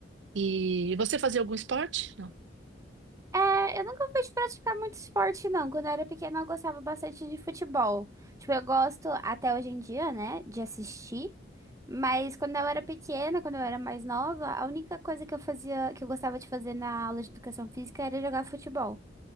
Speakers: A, on the right; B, on the right.
A: E você fazia algum esporte? Não.
B: É, eu nunca fui de praticar muito esporte, não. Quando eu era pequena, eu gostava bastante de futebol. Tipo, eu gosto até hoje em dia, né, de assistir. Mas quando eu era pequena, quando eu era mais nova, a única coisa que eu fazia, que eu gostava de fazer na aula de educação física era jogar futebol.